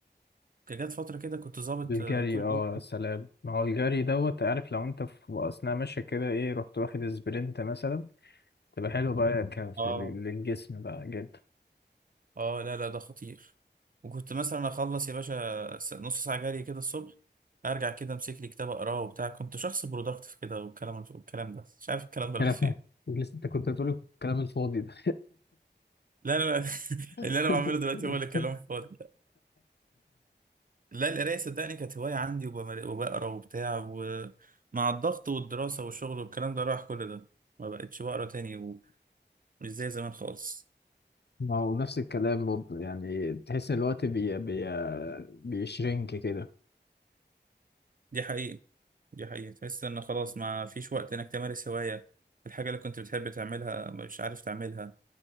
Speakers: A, on the right; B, on the left.
A: كان جت فتره كده كنت ظابط
B: الجري
A: آه، كل
B: اه
A: يوم
B: يا سلام ما هو الجري دوت عارف لو انت في اثناء ماشي كده ايه رحت واخد سبرنت مثلا تبقى حلو بقى ك- في
A: اه
B: ال- للجسم بقى جدا
A: اه لا لا ده خطير وكنت مثلا اخلص يا باشا س- نص ساعة جري كده الصبح ارجع كده امسك لي كتاب اقراه وبتاع كنت شخص برودكتيف كده والكلام والكلام ده مش عارف الكلام ده
B: كلام
A: راح فين
B: لسه انت كنت هتقول الكلام الفاضي ده
A: لا لا لا. <laughs>
B: <laughs>
A: اللي انا بعمله دلوقتي هو اللي كلام فاضي لا القراية صدقني كانت هواية عندي وبمر- وبقرا وبتاع ومع الضغط والدراسة والشغل والكلام ده راح كل ده ما بقتش بقرا تاني ومش زي زمان خالص
B: ما هو نفس الكلام برضه يعني تحس ان الوقت بي بي بيشرنك كده
A: دي حقيقة دي حقيقة تحس ان خلاص ما فيش وقت انك تمارس هواية الحاجة اللي كنت بتحب تعملها مش عارف تعملها